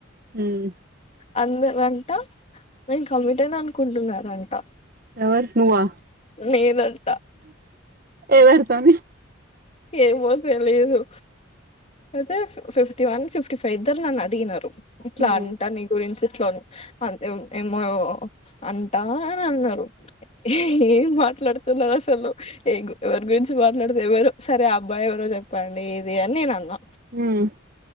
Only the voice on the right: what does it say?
హ్మ్
ఎవర్ నువ్వా
ఎవర్తోని
హ్మ్
హ్మ్